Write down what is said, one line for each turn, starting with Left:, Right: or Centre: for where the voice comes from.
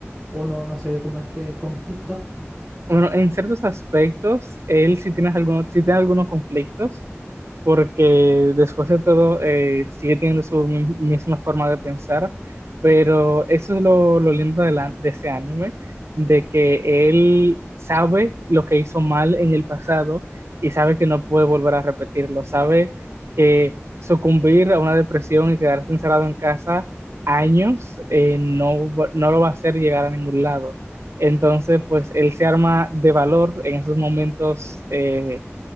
Centre: o no, no se ve como este conflicto.
Right: Bueno, en ciertos aspectos, él sí tiene algunos, sí tiene algunos conflictos, porque después de todo eh, sigue teniendo su mi- misma forma de pensar, pero eso es lo, lo lindo de, la- de ese anime, de que él sabe lo que hizo mal en el pasado y sabe que no puede volver a repetirlo, sabe que sucumbir a una depresión y quedarse encerrado en casa años eh, no, va- no lo va a hacer llegar a ningún lado. Entonces, pues él se arma de valor en esos momentos eh,